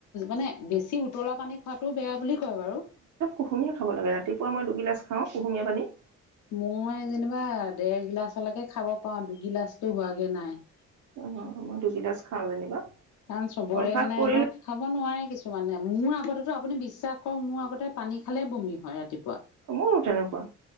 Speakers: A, on the left; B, on the right.
A: মানে বেছি উতলা পানী খোৱা, বেয়া বুলি কয় বাৰু
B: কুহুমীয়া খাব লাগে ৰাতিপুৱা মই দুগিলা খওঁ কুহুমীয়া পানী
A: মই যেনিবা, দেৰগিলাচলৈকে খাব পাওঁ দুগিলাচতটো হোৱাগে নাই
B: অ', মই দুগিলাচ খাও যেনিবা
A: কাৰণ, চবৰে
B: অভ্যাস
A: মানে
B: কৰিলে
A: স ধৰক খাব নোৱাৰে, কিছুমানে মোৰ আগতেো আপুনি বিশ্বাস কৰক মোৰ আগতে পানী খালে বমি হয় ৰাতিপুৱা
B: মোৰো তেনেকুৱা